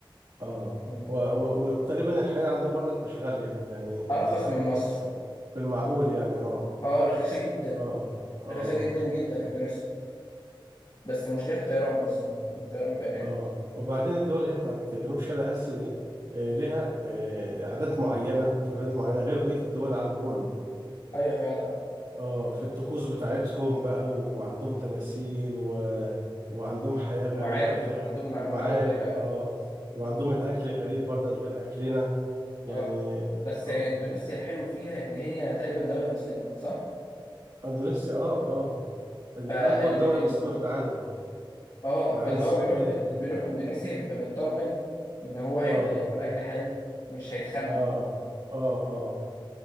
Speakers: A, on the right; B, on the left.
A: اه
B: مم.
A: و... و... و- وتقريبا الحياه عندهم برضك مش غاليه يعني
B: ارخص
A: في الم...
B: من مصر
A: في في المعقول يعني اه
B: اه رخيصه جدا
A: اه اه
B: رخيصه جدا جدا اندونيسيا بس المشكله في الطيران بس
A: اه
B: إن الطيران بيبقى غالي
A: اه وبعدين الدول اللي هي بتاعت جنوب شرق اسيا دي آه، ليها آه، عادات معينه وتقاليد معينه
B: مم.
A: غير بقيه الدول العالم كله
B: ايوه فعلا
A: اه في الطقوس بتاعتهم بقى وعندهم تماثيل و... وعندهم حياة
B: ومعابد
A: غريبة واكل غ...
B: عندهم مع-
A: ومعابد
B: معابد غريبه قوي
A: اه وعندهم الاكل غريب برضك غير اكلنا يعني
B: اه بس
A: اه
B: اندونيسيا الحلو فيها ان هي تقريبا دولة مسلمة صح
A: اندونيسيا اه اه دي
B: فاللي
A: اكبر دولة
B: بي... ال...
A: مسلمة في العالم
B: اه
A: من
B: فاللي
A: عدد السكان
B: هو بيروح اللي بيروح اندونيسيا بيبقى مطمن ان هو هيقدر
A: اه
B: ياكل اكل حلال مش هيتخم
A: اه اه اه